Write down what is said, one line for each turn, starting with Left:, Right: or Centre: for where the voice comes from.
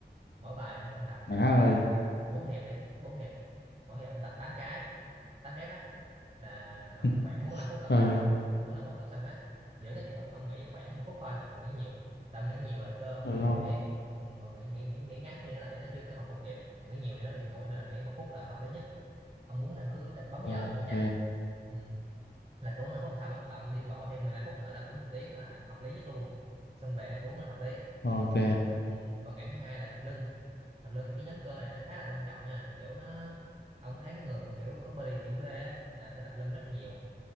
Right: mỗi bài thì ông tập cho
Left: má
Right: tôi là
Left: ơi
Right: bốn hiệp đi bốn hiệp mỗi hiệp ông tập tám cái 8 rep á là ông
Left: <laughs>
Right: khoảng 45 phút là ông
Left: ừ
Right: xong
Left: ừ
Right: á 45 phút là ông xong hết giữa các hiệp ông ông nghỉ khoảng một phút thôi đừng nghỉ nhiều tại ông nghỉ nhiều là cơ ông
Left: Ừ.
Right: nó bị nguội
Left: không
Right: ấy. còn còn nghỉ nghỉ nghỉ nghỉ ngắn thì nó lại nó chưa có hồi phục kịp còn nghỉ nhiều thì nó bị nguội nên là nghỉ một phút là hợp lý nhất ông muốn thì ông cứ đặt- bấm
Left: ok
Right: giờ luôn cho chắc ừ. là cứ 45 phút xong á là ông đi gọi thêm 15 phút nữa là đủ một tiếng là hợp lý nhất luôn xong về ăn uống là hợp lý
Left: ok
Right: ừ. còn ngày thứ hai là tập lưng tập lưng thì cái nhóm cơ này nó khá là quan trọng nha kiểu nó ông thấy mấy người mà kiểu có body chữ V á là phải tập lưng rất là nhiều